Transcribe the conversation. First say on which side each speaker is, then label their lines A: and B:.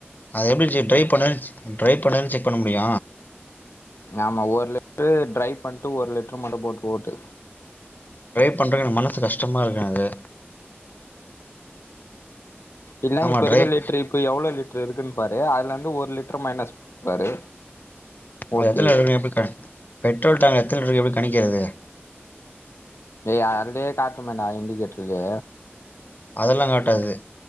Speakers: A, on the left; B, on the left.
A: அது எப்டி ஜு ட்ரை பண்ணா ட்ரை பண்ணாதா செக் பண்ண முடியு
B: ஆமா ஒரு லிட்டரு ட்ரை பண்ட்டு ஒரு லிட்டரு மட்டு போட்டு ஓட்டு
A: டிரை பண்றக்கே எனக்கு மனசு கஷ்டமா இருக்கு எனக்கு
B: இல்லே
A: ஆமா
B: இப்ப
A: டிரைவ்
B: இருக்க லிட்ரு இப்ப எவ்ளோ லிட் டர் இருக்குன்னு பாரு அதுல இருந்து ஒரு லிட்டர் மைனஸ் பன்னி பாரு ஓட்டி
A: அது எத்தன இருக்கு எப்டி கணி பெட்ரோல் டேங்க் எத்தனை க்கு எப்டி கணிக்கிறது
B: ஏய் அதயே காட்டுமேன்டா இண்டிகேட்டருக்கு
A: அதெல்லா காட்டாது